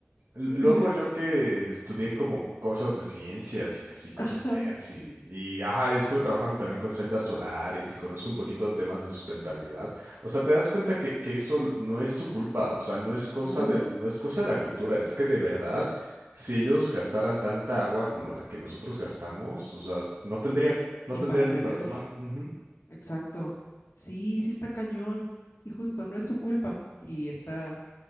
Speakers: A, on the right; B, on the left.
A: L- Luego
B: dime, dime.
A: yo que estudié como cosas de ciencias y así, cosas
B: Ajá.
A: nerds y, y, ajá, estuve trabajando también con celdas solares y conozco un poquito temas de sustentabilidad. O sea, te das cuenta que, que eso no es su culpa, o sea, no es cosa
B: No,
A: de, no es cosa de la cultura, es que de verdad, si ellos gastaran tanta agua como la que nosotros gastamos, o sea, no tendrían, no
B: ni
A: tendrían
B: para beber.
A: ni para tomar. Ujú.
B: Exacto. Sí, sí está cañón. Y justo, no es su culpa. Y está,